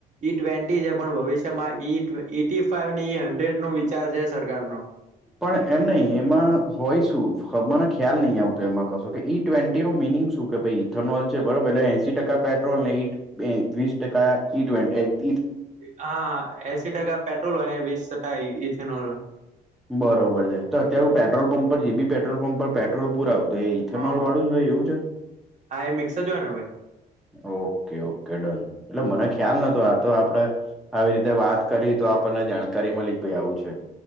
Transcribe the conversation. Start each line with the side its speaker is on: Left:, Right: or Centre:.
Right: ઈ ટ્વેન્ટી છે, પણ ભવિષ્ય તેમાં એટ, એટી ફાઈવ ડે, હન્ડ્રેડનો વિચાર છે સરકારનો.
Centre: પણ એમ નહી, એમાં હોય શું? મને ખ્યાલ નહી આવતો એમાં કશો. ટ્વેન્ટીનુ મિનિંગ શું કે ભાઈ? ઇથેનોલ છે બરોબર. એટલે એંસી ટકા પેટ્રોલને એ વીસ ટકા ઈ ટ્વેન્ટ
Right: હા, એસી ટકા પેટ્રોલ અને વીસ ટકા ઇથેનોલ.
Centre: બરોબર છે, તો અત્યાર પેટ્રોલપંપ પર જી પેટ્રોલ પંપ પર પેટ્રોલ પુરાવું. તો એ ઇથેનોલ
Right: હા હા
Centre: વાળું જ હોય એવું છે.
Right: હા, એ મિક્સર જોયને ભાઈ.
Centre: ઓકે. Okay, done. એટલે મને ખ્યાલ
Right: હા
Centre: નતો આ તો આપડે આવી રીતે વાત કરી તો આપણને જાણકારી મલી કે ભાઈ આવું છે.